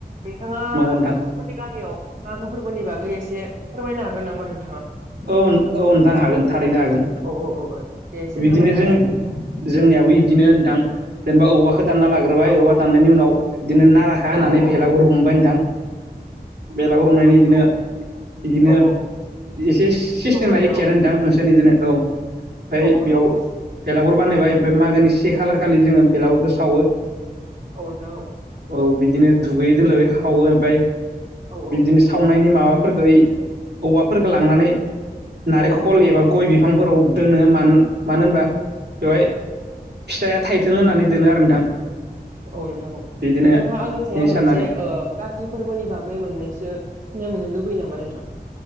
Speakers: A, on the right (about 50°); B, on the right (about 80°).
A: नोंथाङा
B: नोंथां
A: नोंथांमोननि गामियाव मागो फोरबोनि बागै एसे फोरमायनो हागोन नामा नों
B: औ औ नोंथां हागोन थारैनो हागोन
A: औ औ औ औ दे एसे
B: बिदिनो
A: फोरमायना
B: जों
A: होलाय नोंथां
B: जोंनियाबो बिदिनो नोंथां जेनेबा औवाखौ दानना लागोन होबाय
A: औ
B: औवा
A: औ
B: दाननायनि उनाव बिदिनो नाराखौ होननानै
A: औ औ
B: भेलागुरु हमबाय नोंथां बेलागुर
A: औ
B: हमनायनि
A: नोंथां
B: इदिनो इदिनो
A: औ
B: एसे सिस्टेमा
A: औ
B: एखेयानो
A: औ
B: नोंथां नोंसोनिजोंनो औ ओमफाय
A: औ
B: बेयाव
A: नोंथां
B: भेलागुर बानायबाय ओमफ्राय मागोनि से खालार खालि जोङो बेलागुरखौ सावो
A: औ नोंथां औ
B: औ बिदिनो दुगै दोलोबे हावो ओमफ्राय
A: औ
B: बिदिनो सावनायनि माबा फोरखौ औवाफोरफोरखौ लांनानै नारेंखल
A: औ नोंथां औ
B: एबा गय बिफांफोराव दोनो। मा मानो होनबा बेवहाय फिथाइया थाइथों होननानै दोनो आरो नोंथां
A: औ नोंथांखौ
B: बिदिनो
A: नोंथाङा आंनि सायाव
B: बिदि
A: मोनसे
B: साननानै
A: ओ काति फोरबोनि बागै मोननैसो सिनाय मोननो लुबै यो नामा नोंथां?